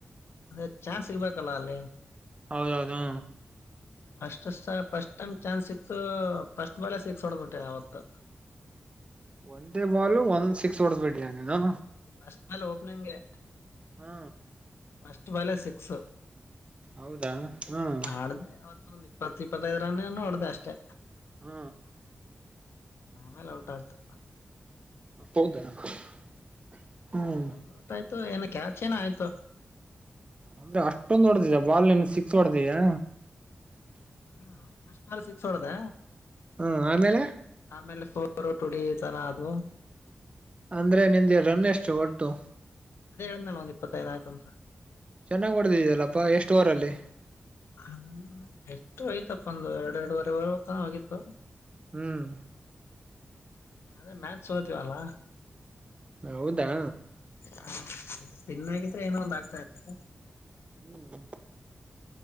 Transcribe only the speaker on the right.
ಹೌದೌದು
ಒಂದೇ ಬಾಲು ಒಂದ್ ಸಿಕ್ಸ್ ಹೊಡದ್ಬೇಟ್ರಿ ನೀನು.
ಹಾ
ಹೌದಾ ಹ್ಮ್
ಹಾ
ಹೌದಣ ಹುಂ
ಅಂದ್ರೆ ಅಷ್ಟೊಂದು ಹೊಡೆದಿದಾ ಬಾಲ್ ಸಿಕ್ಸ್ ಹೊಡದಿಯಾ.
ಹ್ಮ ಆಮೇಲೆ
ಅಂದ್ರೆ ನಿಂದು ರನ್ ಎಷ್ಟು ಒಟ್ಟು.
ಚೆನ್ನಾಗ್ ಹೊಡಿಧೀದಲ್ಲಪ್ಪಾ ಎಷ್ಟು ಓವರ್ ಅಲ್ಲಿ.
ಹ್ಮ್.
ಹೌದಾ.
ಹ್ಮ್.